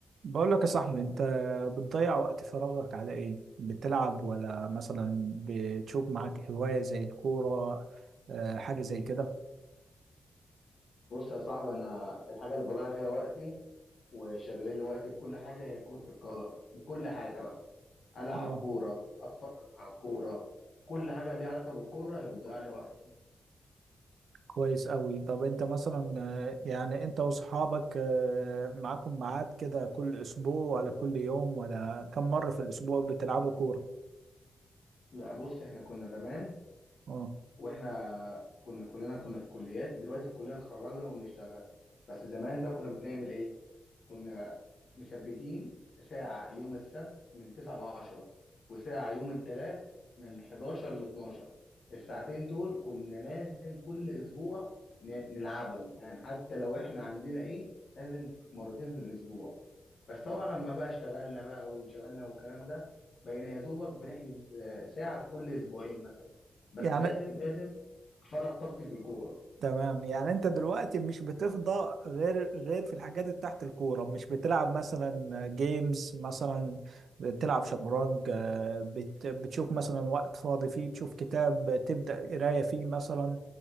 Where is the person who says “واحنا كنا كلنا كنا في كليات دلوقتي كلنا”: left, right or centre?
Left